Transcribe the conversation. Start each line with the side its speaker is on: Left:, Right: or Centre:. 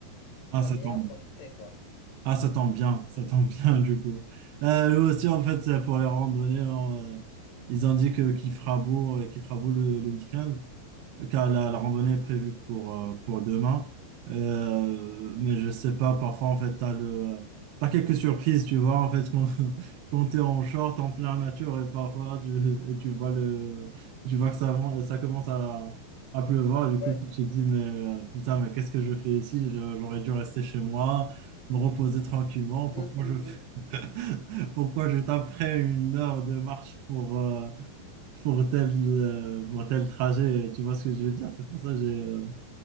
Right: ah,
Left: on va
Right: ça
Left: bien
Right: tombe.
Left: profiter, quoi.
Right: Ah, ça tombe bien, ça tombe <laughs> bien du coup. Euh, nous aussi, en fait, pour les randonnées, on, euh, ils ont dit que qu'il fera beau, euh, qu'il fera beau le, le week-end. car la, la randonnée est prévue pour, euh, pour demain. Euh, mais je sais pas, parfois, en fait, t'as le, t'as quelques surprises, tu vois, en fait, quand, <laughs> quand t'es en short, en plein nature, et parfois, tu, et tu vois le, tu vois que ça, mon- ça commence à, à pleuvoir, du coup,
Left: Ouais.
Right: tu te dis, mais euh, putain, mais qu'est-ce que je fais ici? Je- J'aurais dû rester chez moi, me reposer tranquillement, pourquoi
Left: Hum, hum,
Right: je,
Left: hum.
Right: <laughs> pourquoi je taperais une heure de marche pour, euh, pour tel, euh, pour tel trajet. Tu vois ce que je veux dire? C'est pour ça que j'ai, euh,